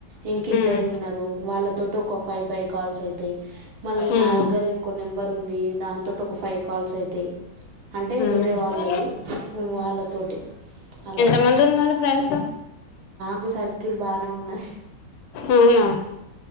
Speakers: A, on the right; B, on the left.
A: ఇంక ఇద్దరు
B: ఉమ్
A: ఉన్నారు వాళ్ళతోటి ఒక ఫైవ్ ఫైవ్ కాల్స్ అయితాయి మళ్ళీ నా
B: ఉమ్
A: దగ్గర ఇంకో నెంబర్ ఉంది దానతోటి ఒక ఫైవ్ కాల్స్ అయి ది అంటే
B: ఉమ్
A: వేరే
B: ఉమ్
A: వాళ్ళది వాళ్ళతోటి అలా
B: ఎంత మంది ఉన్నారు ఫ్రెండ్స్.
A: నాకు సర్కిల్ బానే ఉన్నాది
B: అవునా